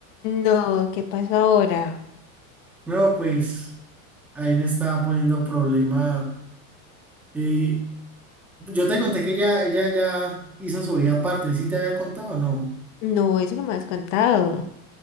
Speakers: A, on the left; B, in the centre.
A: No, ¿qué pasó ahora?
B: No, pues ahí me estaba poniendo problema. eh, yo te conté que ella, ella ya hizo su vida aparte, ¿sí te había contado o no?
A: No, eso no me has contado.